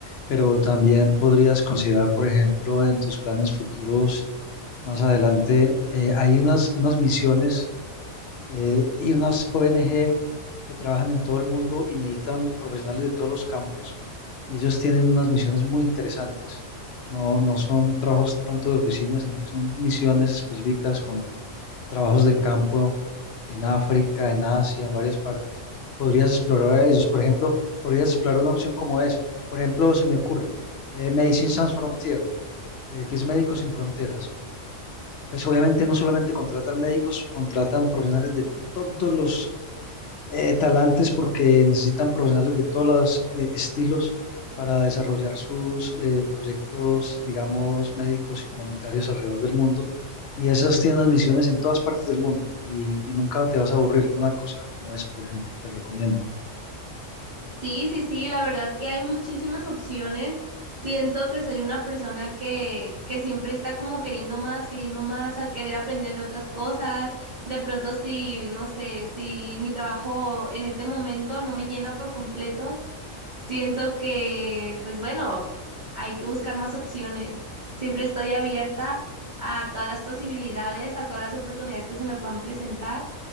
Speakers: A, on the left; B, on the right.
A: pero también podrías considerar, por ejemplo, en tus planes futuros más adelante, eh, hay unas, unas misiones eh, y unas ONG que trabajan en todo el mundo y necesitan profesionales de todos los campos y ellos tienen unas misiones muy interesantes. No, no son trabajos tanto de oficina, sino que son misiones específicas trabajos de campo en África, en Asia, en varias partes. Podrías explorar a ellos. Por ejemplo, podrías explorar una opción como esa. Por ejemplo, se me ocurre eh, Medicine Sans Frontier, eh, que es Médicos Sin Fronteras. Pues obviamente no solamente contratan médicos, contratan profesionales de todos los eh, talantes porque necesitan profesionales de todos los eh, estilos para desarrollar sus eh, proyectos, digamos, médicos y humanitarios alrededor del mundo. Y esas tienen unas misiones en todas partes del mundo y, y nunca te vas a aburrir. Una cosa como esa, por ejemplo, te recomiendo.
B: Sí, sí, sí, la verdad que hay muchísimas opciones. Siento que soy una persona que, que siempre está como queriendo más, queriendo más, a querer aprender de otras cosas. De pronto, si, no sé, si mi trabajo en este momento no me llena por completo, siento que, pues bueno, hay que buscar más opciones. Siempre estoy abierta a todas las posibilidades, a todas las oportunidades que se me puedan presentar